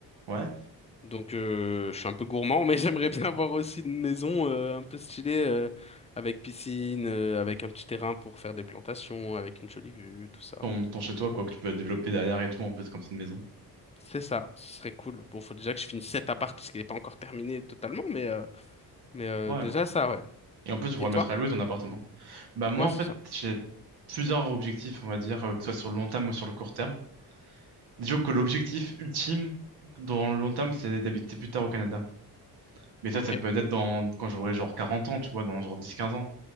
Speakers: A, on the right; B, on the left.
A: Ouais.
B: donc euh, je suis un peu gourmand, mais <laughs> j'aimerais bien avoir aussi une maison euh, un peu stylée, euh, avec piscine, euh, avec un petit terrain pour faire des plantations, avec une jolie vue, tout ça.
A: Ton, ton chez-toi, quoi, que tu peux développer derrière et tout, en plus, comme c'est une maison.
B: C'est ça, ce serait cool. Bon, faut déjà que je finisse cet appart, parce qu'il n'est pas encore terminé totalement, mais, euh, mais euh,
A: Ouais.
B: déjà ça, ouais.
A: Et en plus, tu pourras
B: Et
A: le
B: toi?
A: mettre à louer ton appartement. Bah moi
B: Ouais,
A: en
B: c'est
A: fait
B: ça.
A: j'ai plusieurs objectifs on va dire euh, que ce soit sur le long terme ou sur le court terme. Disons que l'objectif ultime dans le long terme c'est d'habiter plus tard au Canada. Mais ça
B: Ok.
A: ça peut être dans quand j'aurai genre 40 ans, tu vois, dans genre 10-15 ans.